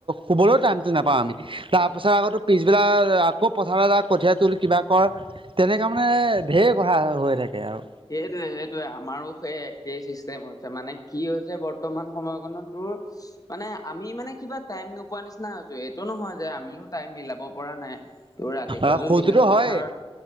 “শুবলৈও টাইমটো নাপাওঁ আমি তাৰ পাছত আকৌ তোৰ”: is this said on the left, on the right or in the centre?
Right